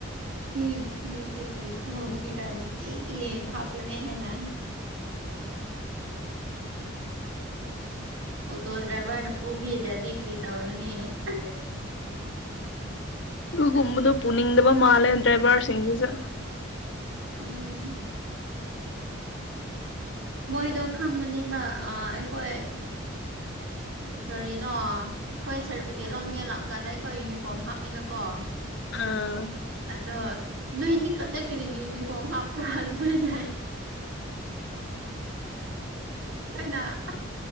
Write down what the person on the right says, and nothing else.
ꯁꯤ ꯅꯨꯄꯤꯁꯦ ꯀꯔꯤ ꯇꯧꯒꯦꯔꯥ ꯅꯨꯡꯇꯤꯒꯤ ꯍꯥꯞꯄꯦꯅꯦ ꯍꯥꯏꯅ ꯑꯣꯇꯣ ꯗ꯭ꯔꯥꯏꯚꯔꯅ ꯄꯨꯕꯤꯗ꯭ꯔꯥꯗꯤ ꯀꯔꯤ ꯇꯧꯔꯅꯤ ꯑꯁ
ꯎꯝ꯫ ꯃꯣꯏꯗꯣ ꯈꯪꯕꯅꯦꯕ ꯑꯥ ꯑꯩꯈꯣꯏ ꯀꯔꯤꯅꯣ ꯑꯩꯈꯣꯏ ꯁꯥꯔꯇꯤꯐꯤꯀꯦꯠ ꯂꯧꯅꯤꯡꯉꯥꯏ ꯂꯥꯞꯄꯀꯥꯟꯗ ꯑꯩꯈꯣꯏ ꯌꯨꯅꯤꯐꯣꯔꯝ ꯍꯥꯞꯄꯤꯅꯀꯣ
ꯑꯗꯣ ꯅꯣꯏꯅꯤ ꯈꯨꯛꯇ ꯀꯔꯤꯒꯤ ꯌꯨꯅꯤꯐꯣꯔꯝ ꯍꯥꯞꯄ꯭ꯔꯥ ꯑꯗꯨꯃꯥꯏꯅ ꯍꯥꯏ ꯑꯩꯅ ꯑꯁ